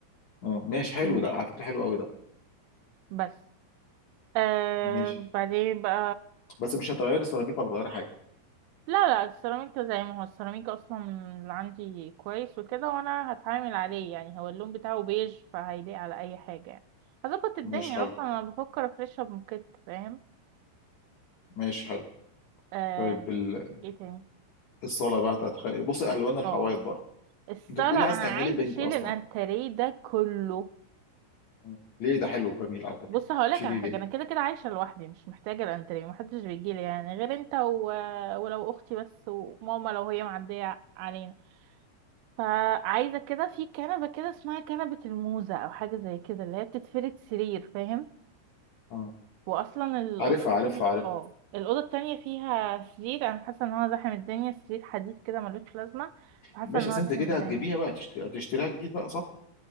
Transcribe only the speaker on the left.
اه ماشي حلو
ده على فكره حلو قوي ده
ماشي
بس مش هتغير السيراميك ولا هتغير حاجه
ماشي حلو
ماشي حلو
طيب ال...
الصاله بقى هتتخ... بص الوان
الحوائط بقى
انت بتقولي عايزه
تعملي
بينك
اصلا
آه. ليه ده حلو وجميل على فكرة
تشيلي
ليه
اه
عارفها
عارفها عارفها
ماشي
بس
انت
كده
هتجيبيها بقى تشت- هتشتريها جديد بقى صح